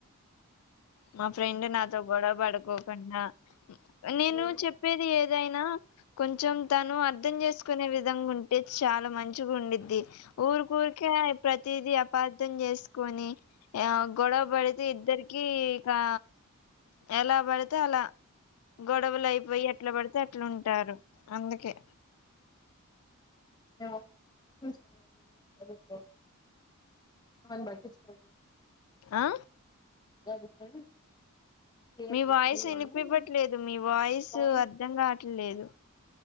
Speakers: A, on the left; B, on the left.
A: మా ఫ్రెండ్ నాతో గొడవపడుకోకున్నా నేను
B: ఆ రోజు
A: చెప్పేది ఏదైనా కొంచెం తను అర్ధం చేసుకునే విధంగా ఉంట్ టే చాలా మంచిగా ఉండిద్ది ఊరికి ఊరికే ప్రతీది అపార్ధం చేసు సుకొని ఆ గొడవ పడితే ఇద్దరికి ఇకా ఎలా పడితే అలా గొడవలు అయిపోయి ఎట్లా పడితే అట్లా ఉంటారు అందుకే
B: <unintelligible> చదువుకొ వాళ్లను బట్టిచ్చుకోకు.
A: ఆ
B: జదువుకోని పేర్
A: మీ
B: తెస్తావని
A: వాయిస్ వినిపివ్వట్లేదు
B: <unintelligible>
A: మీ వాయిస్
B: మంచిగ
A: అర్ధం కావట్లేదు